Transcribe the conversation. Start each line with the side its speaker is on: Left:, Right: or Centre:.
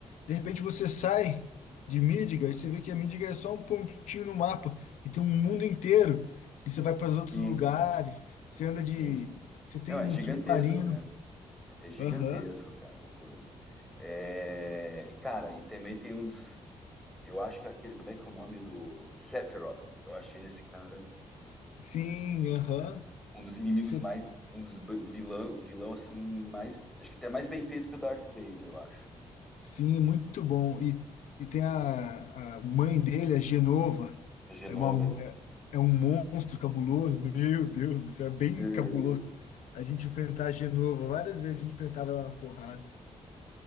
Left: De repente você sai de Midgard e você vê que a Midgard é só um pontinho no mapa e tem um mundo inteiro. E você vai para os outros
Centre: sim,
Left: lugares, você anda de.
Centre: sim.
Left: Você tem
Centre: Não, é
Left: um
Centre: gigantesco,
Left: submarino.
Centre: né? É gigantesco,
Left: Aham.
Centre: cara, o coisa. É, E, cara, e também tem um dos. Eu acho que é aquele. Como é que é o nome do. Sephiroth. Eu achei esse cara
Left: Sim, aham.
Centre: um dos inimigos
Left: Você-
Centre: mais. Um dos b- vilão, vilão assim, mais. Acho que até mais bem feito que o Darth Vader, eu acho.
Left: Sim, muito bom. E, e tem a, a mãe dele, a Genova.
Centre: A Genovas.
Left: É, uma,
Centre: <laughs>
Left: é, é um monstro cabuloso. Meu Deus, isso é bem
Centre: eh,
Left: cabuloso. A gente enfrentar a Genova, várias vezes a gente enfrentava ela na porrada.